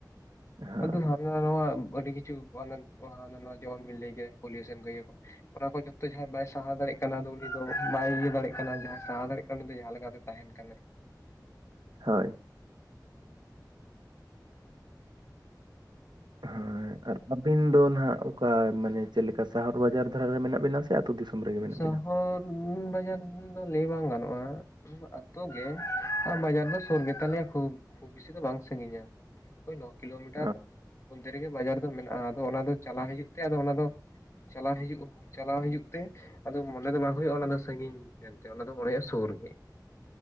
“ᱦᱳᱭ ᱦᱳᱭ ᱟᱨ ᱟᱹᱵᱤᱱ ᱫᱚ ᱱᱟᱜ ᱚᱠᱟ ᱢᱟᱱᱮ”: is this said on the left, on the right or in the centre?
Right